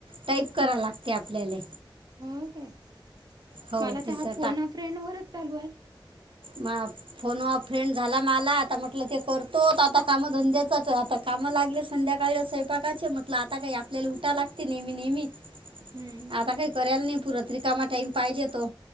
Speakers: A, on the right; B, on the right.
A: टाईप करा
B: हम्म <inaudible>
A: लागते आपल्याला
B: हो काय <inaudible>
A: हो
B: मला
A: तिसरा
B: तर हा फोन अ फ्रेंड वरच चालू आहे
A: म फोन अ फ्रेंड झाला मला आता म्हटलं ते करतो आता काम धंद्याचच आता कामं लागले संध्याकाळी स्वयपाकाचे म्हटलं आता काही आपल्याला उटा लागते नेहमी -नेहमी
B: हम्म
A: आता काही कराले नाही पुरत रिकामा टाईम पाहिजे तो